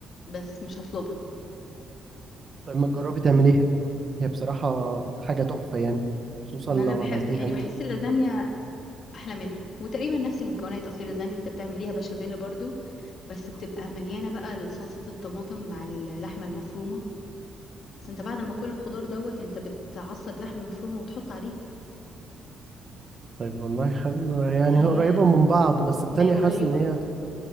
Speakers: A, on the left (about 45°); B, on the right (about 30°).
A: بس مش هطلبها
B: طيب ما تجربي تعمليها هي بصراحة حاجة تحفة يعني خصوصا
A: ما
B: لو
A: انا بحب
B: عملتيها
A: يعني
B: انت
A: بحس اللازانيا احلى منها وتقريبا نفس المكونات اصل اللازانيا انت بتعمل ليها بشاميل برضو بس بتبقى مليانه بقى صلصه الطماطم مع اللحمه المفرومه بس انت بعد ما كل الخضار دوت انت بتعصج لحمه مفرومه وتحط عليه
B: طيب والله حلو يعني
A: فهي
B: هي قريبة من بعض بس التانية
A: ما هي قريبه
B: حاسس ان هي هتب-